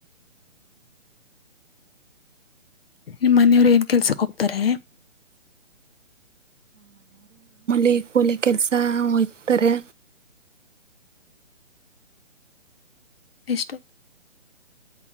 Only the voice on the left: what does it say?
ನಿಮ್ಮನೆಯವ್ರು ಏನ್ ಕೆಲ್ಸಕ್ ಹೋಗ್ತಾರೆ
ಎಷ್ಟು